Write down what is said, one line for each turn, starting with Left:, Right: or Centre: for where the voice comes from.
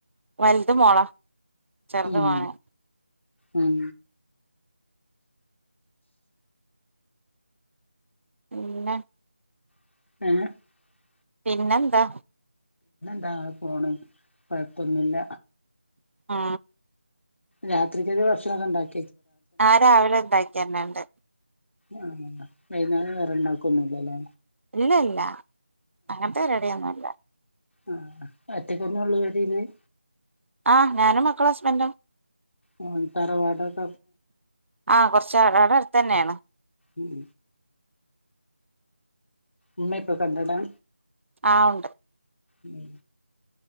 Right: വലുത് മോളാ ചെറുത്
Left: ഉം
Right: മോന്
Left: ഉം
Right: പിന്ന
Left: <unintelligible>
Right: പിന്നെന്താ
Left: ത പോണ കുഴപ്പമൊന്നുല്ല
Right: ആ
Left: രാത്രിക്ക ഭക്ഷണംഒക്കെഒണ്ടാക്കി
Right: ആ രാവിലെ ഉണ്ടാക്കരണുണ്ട്
Left: ആഹ വൈകുന്നാലം വേറെണ്ടാക്കൊന്നുംഇല്ലാലോ
Right: ഇല്ല ഇല്ല അങ്ങനത്തെ ഒരിടിയൊന്നുംല്ല
Left: ആ അറ്റക്കന്നള്ള <unintelligible>
Right: ആഹ ഞാനും മക്കളും ഹസ്ബൻഡ്
Left: അ തറവാടക്ക
Right: ആഹ കുറച്ച അടെ അടു തന്നെയാണ്
Left: ഉം ഉമ്മ ഇപ്പൊ കണ്ടടാ
Right: ആ ഉണ്ട്
Left: ഉം